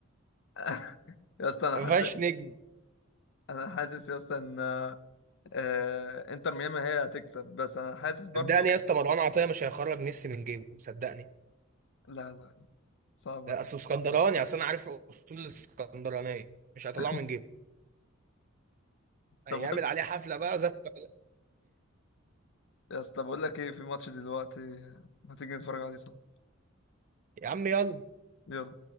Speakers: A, on the left; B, on the right.
A: <laughs> يا اسطى انا
B: ما
A: حاسس
B: فيهاش نجم
A: انا حاسس يا اسطى ان آه، آه، انتر ميامي هي هتكسب بس انا حاسس برضو
B: صدقني يا اسطى مروان عطيه مش هيخرج ميسي من جيبه صدقني
A: لا لا لا، صعبة
B: لا
A: دي
B: اصل اسكندراني اصل انا عارف اصول الاسكندرانيه مش هيطلعه
A: <laughs>
B: من جيبه
A: طب
B: هيعمل
A: بقول
B: عليه حفله بقى زفه <laughs>
A: يا اسطى بقول لك ايه في ماتش دلوقتي ما تيجي نتفرج عليه سوا
B: يا عم يلا
A: يلا